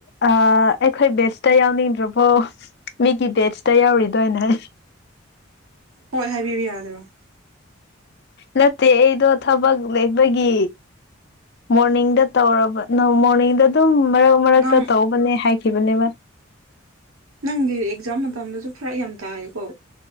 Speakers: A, on the left; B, on the right.
A: ꯑꯥ ꯑꯩꯈꯣꯏ ꯕꯦꯁꯇ ꯌꯥꯎꯅꯤꯡꯗ꯭ꯔꯕꯣ ꯃꯤꯒꯤ ꯕꯦꯁꯇ ꯌꯥꯎꯔꯤꯗꯣꯏ ꯅꯦꯍꯦ
B: ꯍꯣꯏ ꯍꯥꯏꯕꯤꯕ ꯌꯥꯗꯔꯣ
A: ꯅꯠꯇꯦ ꯑꯩꯗꯣ ꯊꯕꯛ ꯂꯩꯕꯒꯤ ꯃꯣꯔꯅꯤꯡꯗ ꯇꯧꯔꯕ ꯅꯃꯣꯔꯅꯤꯡꯗ ꯑꯗꯨꯝ ꯃꯔꯛ ꯃꯔꯛꯇ
B: ꯅꯪ
A: ꯇꯧꯕꯅꯦ ꯍꯥꯏꯈꯤꯕꯅꯦꯕ
B: ꯅꯪꯒꯤ ꯑꯦꯛꯖꯥꯝ ꯃꯇꯝꯗꯁꯨ ꯐꯔꯛ ꯌꯥꯝ ꯇꯥꯏꯌꯦꯀꯣ